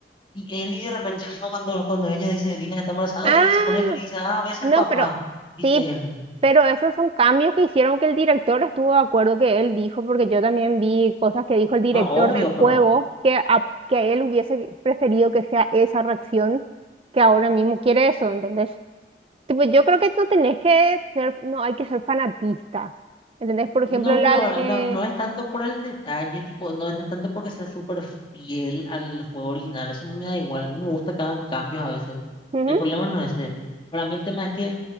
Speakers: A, on the left; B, on the right.
A: Y Eli de repente, <laughs> cuando, cuando ella dice, Dina que está embarazada,
B: Ah,
A: Eli se pone feliz y dice, ah, voy a ser
B: no,
A: papá,
B: pero
A: dice
B: sí,
A: Eli.
B: pero esos son cambios que hicieron que el director estuvo de acuerdo que él dijo, porque yo también vi cosas que dijo el director
A: No, obvio,
B: del
A: pero
B: juego, que, a- que él hubiese preferido que sea esa reacción que ahora mismo quiere eso, ¿entendés? Tipo, yo creo que no tenés que ser, no hay que ser fanatista. ¿Entendés? Por ejemplo,
A: no,
B: la
A: pero no,
B: de...
A: no es tanto por el detalle, tipo, no es no es tanto porque sea súper fiel al juego original, eso a mí me da igual, a mí me gusta que hagan cambios a veces.
B: Ujú,
A: El problema no es ese. Para mí el tema es que